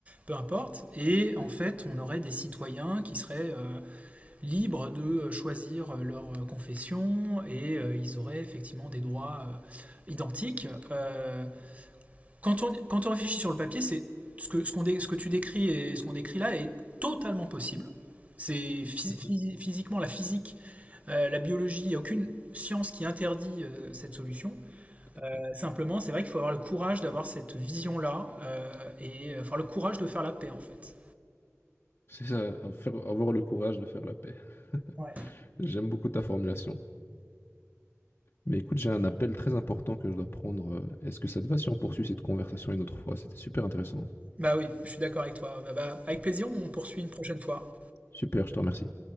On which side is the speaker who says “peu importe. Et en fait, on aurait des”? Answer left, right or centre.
Right